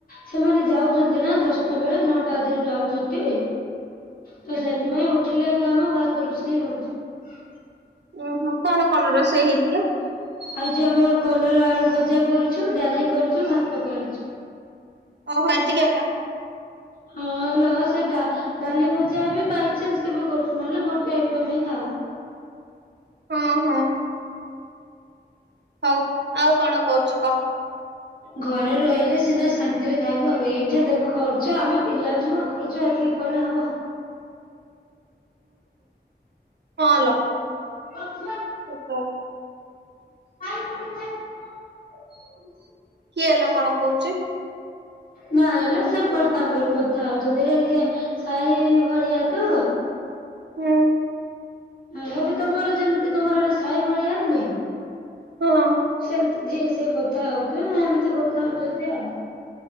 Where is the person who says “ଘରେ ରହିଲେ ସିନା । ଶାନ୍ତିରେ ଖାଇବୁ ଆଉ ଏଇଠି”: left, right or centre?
Left